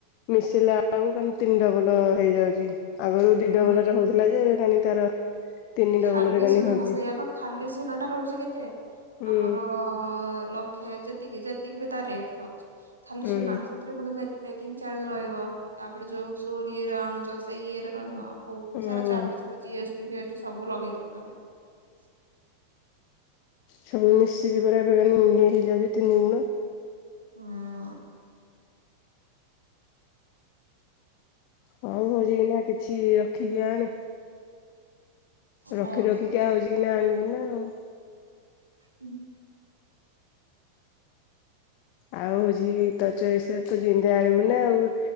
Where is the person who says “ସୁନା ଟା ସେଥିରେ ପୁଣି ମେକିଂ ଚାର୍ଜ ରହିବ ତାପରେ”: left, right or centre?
Right